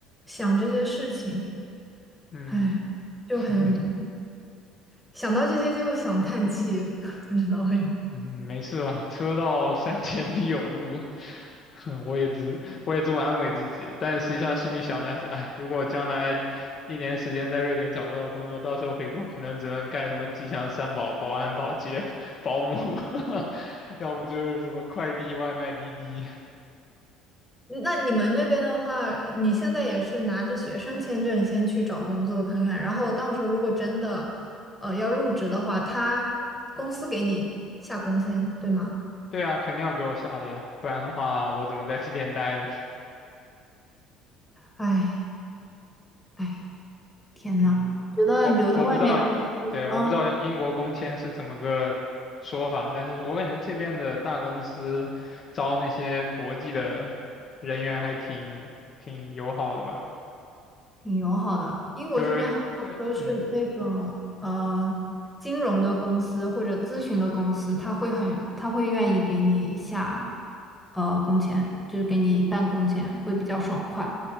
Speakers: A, in the centre; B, on the left (about 45°).
A: 想这些事情，
B: 嗯，
A: 哎，就很
B: <laughs>
A: 想到这些就想叹气，<laughs> 不知道为
B: 嗯，没事吧？车到山前必有路，<laughs> 我也只我也这么安慰自己，但实际上心里想的还是，哎，如果将来一年时间在瑞典找不到工作，到时候回国可能只能干什么吉祥三宝、保安、保洁、<laughs> 保姆，<laughs> 要不就是什么快递、外卖、滴滴。
A: 那你们那边的话，你现在也是拿着学生签证先去找工作看看，然后到时候如果真的，呃，要入职的话，他公司给你下工签，对吗？
B: 对啊，肯定要给我下的呀，不然的话我怎么在这边待呢？
A: 哎哎，天呐，
B: 嗯，
A: 我觉得留在外面还，
B: 我我不知道，对，我不知道英国工签是怎么个说法，
A: 嗯。
B: 但是我感觉这边的大公司招那些国际的人员还挺挺友好的吧，
A: 挺友好的。英国这边好像都是那种呃金融的公司或者咨询的公司，
B: 就是对，嗯，
A: 他会很他会愿意给你下呃工钱，就是给你办工钱，会比较爽快。